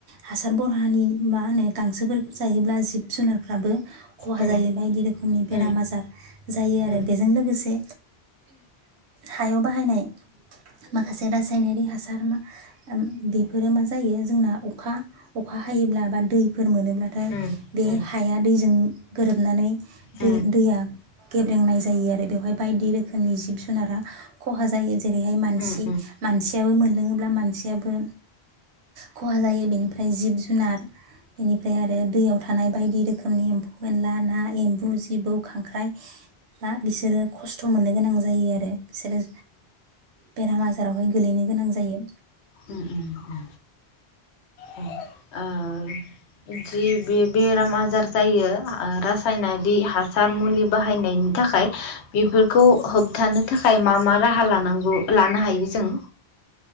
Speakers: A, on the right; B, on the left.
A: हासार बरहानि मा होनो गांसोफोरखौ जायोब्ला जिब जुनारफ्राबो खहा
B: उम
A: जायो बायदि रो खोमनि बेराम
B: उम
A: आजार जायो
B: उम
A: आरो बेजों लोगोसे हायाव बाहायनाय माखासे रासायनारि हासार मा ओम बेफोरो मा जायो जोंना अखा अखा हायोब्ला बा दैफोर मोनो मोनबाथाय
B: उम
A: बे
B: उम
A: हाया दैजों गोरोबनानै दै
B: उम
A: दैया। गेब्रेंनाय जायो आरो बेवहाय। बायदि रोखोमनि जिब जुनारा। खहा जायो। जेरैहायान मानसि
B: उम
A: मानसियाबो मोन। लोङोब्ला मानसियाबो। खहा जायो बेनिफ्राय। ओमफ्राय जिब जुनार। बेनिफ्राय आरो दैयाव थानाय बायदि रोखोम। रोखोमनि एम्फौ एनला ना एम्बु। जिबौ खांख्राइा बा‌ बिसोरो खस्थ मोननो गोनां जायो आरो। बिसोरो बेराम आजारावहाय। गोलैनो गोनां जायो।
B: उम उम‌‌ उम अ ओ जि बे बेराम आजार जायो रासायनारि हासार मुलि बाहायनायनि थाखाय। बेफोरखौ होबथानो। थाखाय मा मा राहा लानांगौ लानो हायो जों।